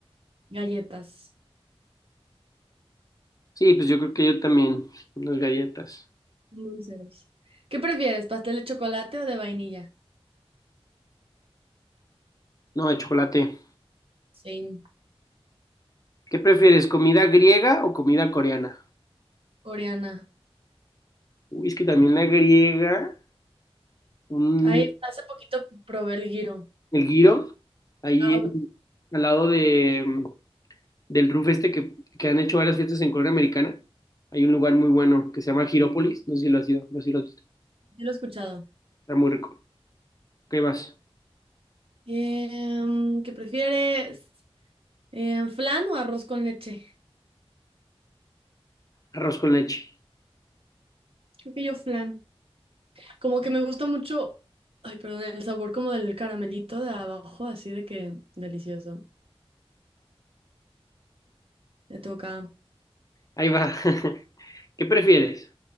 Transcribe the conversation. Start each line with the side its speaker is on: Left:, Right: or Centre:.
Right: <laughs> Galletas.
Left: Sí, pues yo creo que yo también, unas galletas.
Right: Dulceros. ¿Qué prefieres? ¿Pastel de chocolate o de vainilla?
Left: No, de chocolate.
Right: Sí,
Left: ¿Qué prefieres, comida griega o comida coreana?
Right: coreana.
Left: Uy, es que también la griega, un,
Right: Ahí hace poquito probé el giro.
Left: el giro, ahí
Right: Ah,
Left: en-
Right: bueno,
Left: al lado de, del roof este que, que han hecho varias fiestas en Corea Americana, hay un lugar muy bueno que se llama Girópolis, no sé si lo has ido, no sé si lo has visto,
Right: sí lo he escuchado.
Left: está muy rico. ¿Qué vas?
Right: Em, ¿qué prefieres? Em, ¿flan o arroz con leche?
Left: Arroz con leche.
Right: Creo que yo flan. Como que me gusta mucho, ay, perdón, el sabor como del caramelito de abajo, así de que delicioso. Me toca
Left: Ahí va. <laughs> ¿Qué prefieres?